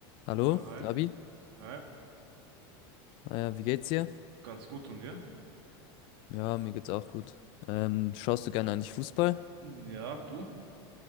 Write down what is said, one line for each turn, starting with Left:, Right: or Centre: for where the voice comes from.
Right: So,
Left: Hallo,
Right: hi.
Left: Labi.
Right: Hi.
Left: Äh, wie geht's dir?
Right: Ganz gut und dir?
Left: Ja, mir geht's auch gut. Ähm, schaust du gerne eigentlich Fußball?
Right: Ja, du?